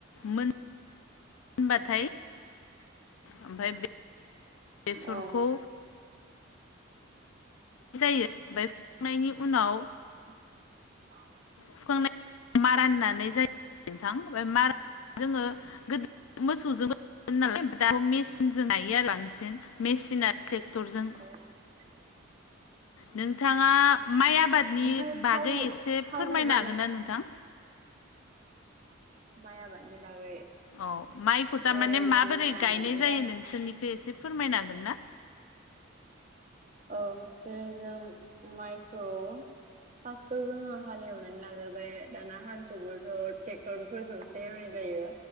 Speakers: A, on the left; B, on the right.
A: मोन होनबाथाय ओमफ्राय बेसरखौ
B: औ
A: नाय जायो ओमफ्राय फुखांनायनि उनाव
B: <inaudible>
A: फुखांनाय मारान नानाय जायो नोंथां मार जोङो गोदो मोसौजोंबो नालाय दा मेसिनजों नायो आरो बांसिन मेसिना ट्रेक्टर जों
B: <inaudible>
A: नोंथाङा माइ आबादनि
B: ओमफ्राय
A: बागै
B: थावबो
A: एसे
B: थावबो
A: फोरमायनो
B: बानो
A: हागोन ना नोंथां
B: माइ आबादनि बागै
A: औ माइखौ थारमाने
B: जेरै जों
A: माबोरै
B: माइ आबादनिखौ
A: गायनाय जायो नोंसोरनिखै एसे फोरमायनो हागोन ना
B: औ जे जों माइखौ फार्स्टआव जोङो हाल एवनानै लाग्रोबाय दाना हालखौबोथ' ट्रेक्टरफोरजों एवनाय जायो